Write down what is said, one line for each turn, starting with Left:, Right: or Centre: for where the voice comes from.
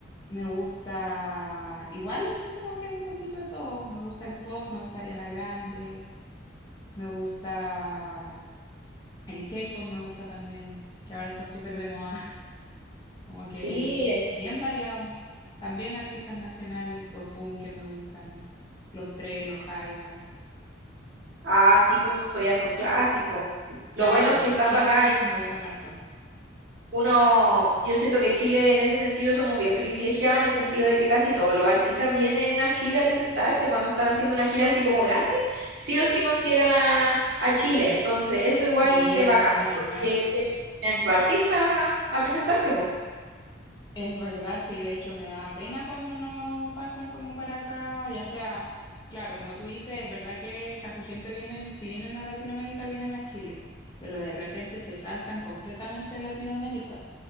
Left: Me gusta, igual así como que un poquito de todo. Me gusta el pop, me gusta Ariana Grande, me gusta el K-pop, me gusta también, que ahora está súper de moda, <laughs> como que
Right: Sí.
Left: bi- bien variado. También artistas nacionales, los Bunker me gustan, los Tres, los Jaiba.
Right: Ah, sí, pues eso ya son clásicos. Lo
Left: Claro,
Right: bueno es que estando
Left: clásicos
Right: acá en,
Left: me gustan harto.
Right: Uno, yo siento que Chile en ese sentido somos bien privilegiados en el sentido de que casi todos los artistas vienen a Chile a presentarse cuando están haciendo una gira así como grande, sí o sí consideran a, a Chile. Entonces, eso igual
Left: Sí,
Right: es bacán
Left: menos
Right: porque
Left: mal.
Right: vienen sus artistas a, a presentarse, pues.
Left: Es verdad, sí, de hecho me da pena cuando no pasan como para acá, ya sea, claro, como tú dices, es verdad que casi siempre vienen, si vienen a Latinoamérica, vienen a Chile, pero de repente se saltan completamente a Latinoamérica,